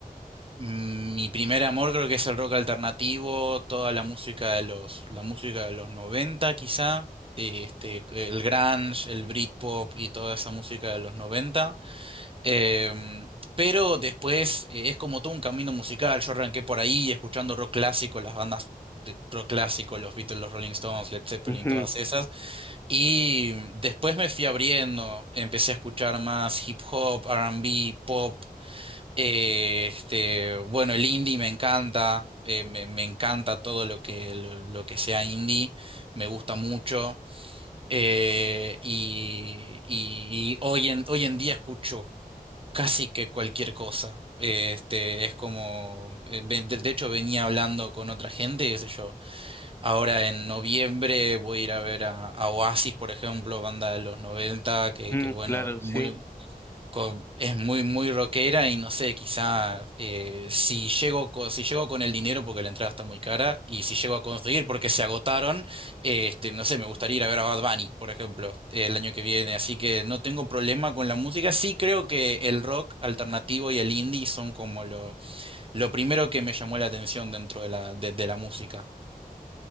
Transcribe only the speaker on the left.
Ujú,
mm,
claro,
sí.